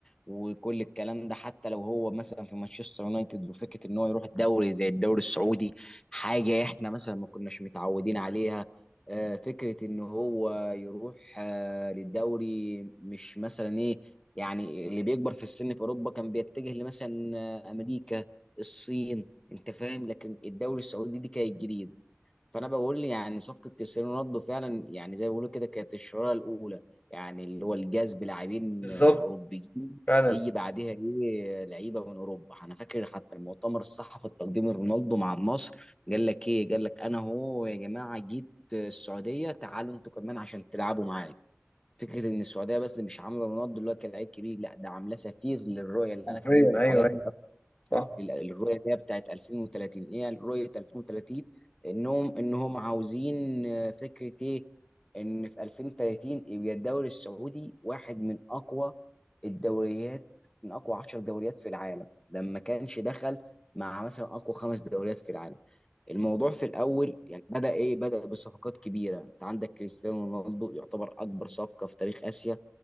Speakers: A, on the left; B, on the left.
A: وكل الكلام ده حتى لو هو مثلا في مانشستر يونايتد وفكره ان هو يروح الدوري زي الدوري السعودي حاجه احنا مثلا ما كناش متعودين عليها آه، فكره ان هو يروح آه، للدوري مش مثلا ايه يعني اللي بيكبر في السن في اوروبا كان بيتجه لمثلا آه، امريكا الصين انت فاهم لكن الدوري السعودي دي كانت جديده فانا بقول يعني صفقه كريستيانو رونالدو فعلا يعني زي ما بيقولوا كده كانت الشراره الاولى يعني اللي هو الجذب لاعبين
B: بالظبط
A: آه، اوروبيين
B: فعلا
A: يجي بعدها ايه لعيبه من اوروبا انا فاكر حتى المؤتمر الصحفي التقديم رونالدو مع النصر قال لك ايه قال لك انا هو يا جماعه جيت السعوديه تعالوا انتوا كمان عشان تلعبوا معايا فكره ان السعوديه بس مش عامله رونالدو اللي هو كلاعب كبير لا ده عاملاه سفير للرؤيه اللي
B: حرفيا
A: انا كلمتك
B: ايوه
A: عليها
B: ايوه
A: في
B: صح
A: لل- الرؤيه اللي هي بتاعت 2030 ايه رؤيه 2030 انهم انهم عاوزين آه، فكره ايه ان في 2030 يبقى الدوري السعودي واحد من اقوى الدوريات من اقوى 10 دوريات في العالم ده ما كانش دخل مع مثلا اقوى خمس دوريات في العالم الموضوع في الاول يعني بدا ايه بدا بصفقات كبيره انت عندك كريستيانو رونالدو يعتبر اكبر صفقه في تاريخ اسيا